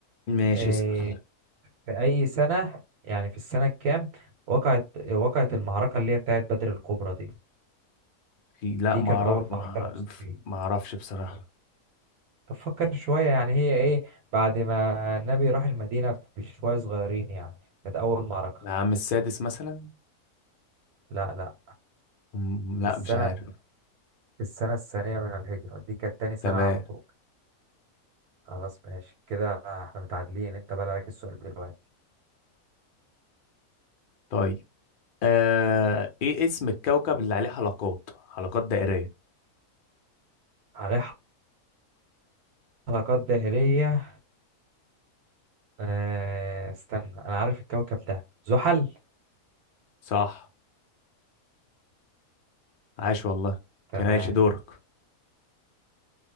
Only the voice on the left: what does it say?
ماشي
اسأل
في لا
ما
اعرف
ما
أعرف-
ما اعرفش بصراحه
العام السادس مثلا
مم، لا
مش عارف
تمام
طيب آه... ايه اسم الكوكب اللي عليه حلقات حلقات دائريه
صح عاش والله
كان عايش دورك